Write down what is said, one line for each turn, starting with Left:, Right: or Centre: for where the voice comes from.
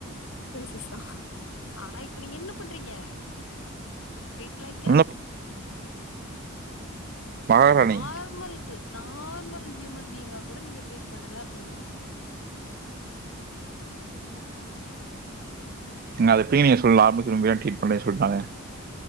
Left: பிரன்சஸ்தான் ஆனா இப்ப நீங்க என்ன பண்றீங்க தீட்லைக்கேர்
Right: இன்னும் மகாராணி
Left: நார்மல் நார்மல் ஹியூமன் பீங்கா கூட நீங்க ட்ரீட் பண்ணல அப்படிங்கற
Right: அதைப் பீனியஸ் புல்லா ஆபீஸ் ரூம்ல ட்ரீட் பண்ணன் சொல்லிட்டாங்க